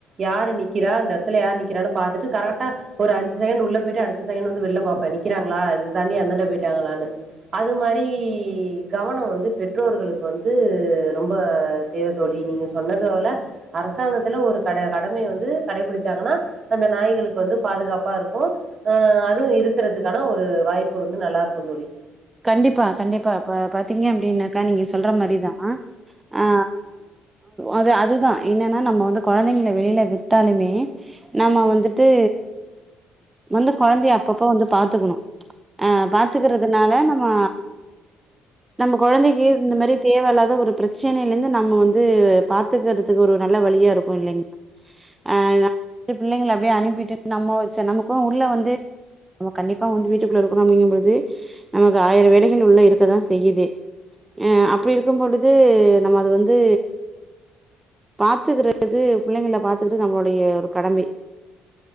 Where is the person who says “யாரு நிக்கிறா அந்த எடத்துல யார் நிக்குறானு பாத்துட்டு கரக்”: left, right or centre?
Right